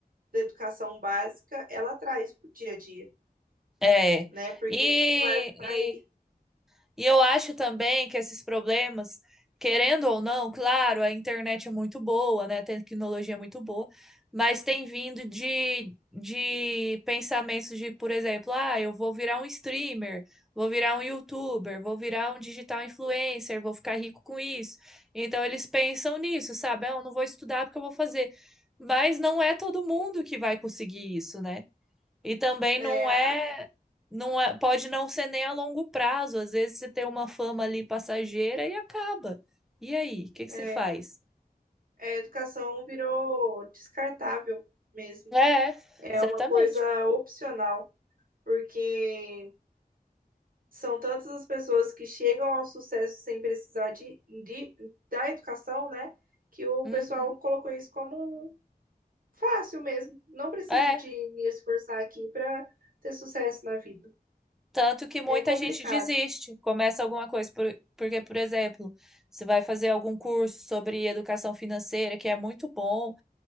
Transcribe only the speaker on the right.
da educação básica ela traz para dia a dia,
né? Porque
isso vai, vai
é,
a,
é,
a educação virou descartável mesmo.
É
uma coisa opcional, porque são tantas as pessoas que chegam ao sucesso sem precisar de, de, da educação, né? Que o
pessoal colocou isso como um Fácil mesmo. Não preciso
de me esforçar aqui para ter sucesso na vida.
É complicado.